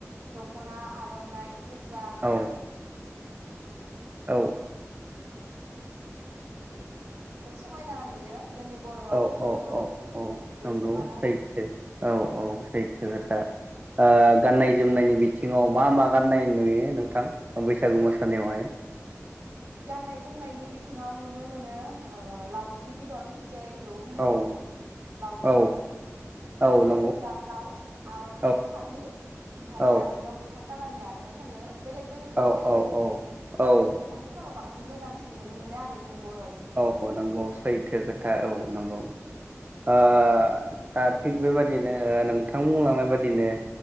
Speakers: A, on the right; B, on the right.
A: दख'ना आर'नाइ गोजा
B: औ औ
A: <unintelligible> समायना नुयो। जोंनि बर'
B: औ
A: आइजोफोरखौ
B: औ औ औ
A: बेसिमानो
B: नंगौ सैथो
A: आरो
B: औ औ सैथो खोथा। ओ गाननाय जोमनायनि बिथिङाव मा मा गाननाय नुयो नोंथां बैसागु मोसानायावहाय। <inaudible>
A: गाननाय जोमनायनि बिथिङाव नुनो मोनो लावगि बिदन। जायखौ होनो
B: औ
A: जों लावगि
B: औ
A: बेदननि।
B: औ
A: आरो
B: नंगौ
A: गोजा ब्लाउस आर'नाइ
B: औ
A: फालि ओमफ्राय
B: औ
A: जान्जियाव गोथां। कालारनि आर'नाइ खायो बेलेक बेलेकबो
B: औ
A: खायो
B: औ औ औ
A: बा बा बांसिन मोजांसिन नुनो मोनो आरो जोंनि बर' आइजोफोरखौ
B: औ नंगौ सैथो खोथा औ नंगौ। ओ दा थिग बेबादिनो नोंथां बुंलांनाय बादिनो